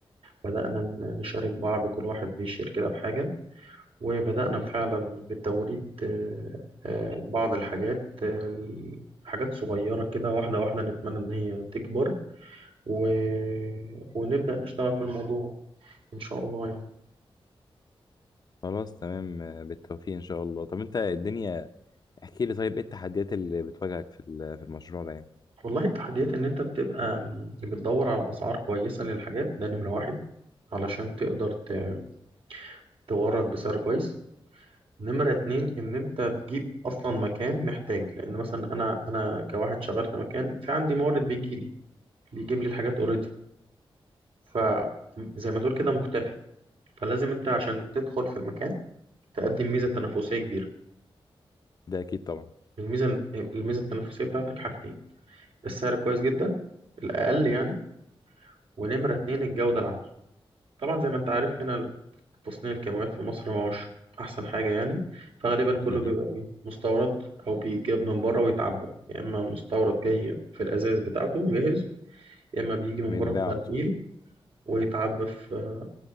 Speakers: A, on the right; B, on the left.
A: بدأنا ن- نشارك بعض كل واحد بيشير كده بحاجة وبدأنا فعلا بتوريد آه، آه، بعض الحاجات آه، حاجات صغيرة كده واحدة واحدة نتمنى ان هي تكبر و... ونبدأ نشتغل في الموضوع ان شاء الله يعني
B: خلاص تمام بالتوفيق ان شاء الله طب انت الدنيا احكي لي طيب ايه التحديات اللي بتواجهك في ال- في المشروع ده يعني
A: والله التحديات ان انت بتبقى بتدور على اسعار كويسة للحاجات ده نمرة واحد علشان تقدر ت- تورد بسعر كويس نمرة اتنين إن أنت تجيب أصلا مكان محتاج لأن مثلا أنا أنا كواحد شغال في مكان في عندي مورد بيجيلي بيجيب لي الحاجات أوريدي فزي ما تقول كده مكتفي فلازم أنت عشان تدخل في المكان تقدم ميزة تنافسية كبيرة
B: ده اكيد طبعا
A: الميزة الميزة التنافسية بتاعتك حاجتين السعر كويس جدا الأقل يعني ونمرة اتنين الجودة العالية طبعا زي ما أنت عارف هنا تصنيع الكاميرات في مصر ما هوش أحسن حاجة يعني فغالبا كله
B: مهم.
A: بيبقى إيه مستورد أو بيجاب من بره ويتعبى يا إما مستورد جاي في الأزايز بتاعته جاهز يا إما بيجي من
B: بيتباع
A: بره في
B: على طول
A: برميل ويتعبى في